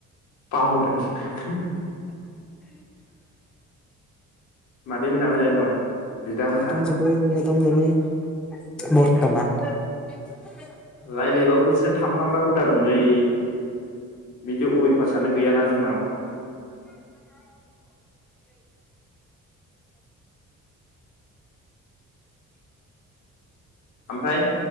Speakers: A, on the left; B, in the centre.
A: बावदों <inaudible> <unintelligible> मादै मोनहा मोजाङै दं बिदामोनहा।
B: दंजोबो दंजोबो बरथमान। <unintelligible>
A: रायज्लायबाबो बिदिनो थांफ्लांग्रा हुदा दंलै।
B: <unintelligible> <unintelligible>
A: बिदि अयभासानो गैयाना जोंनाव ओमफ्राय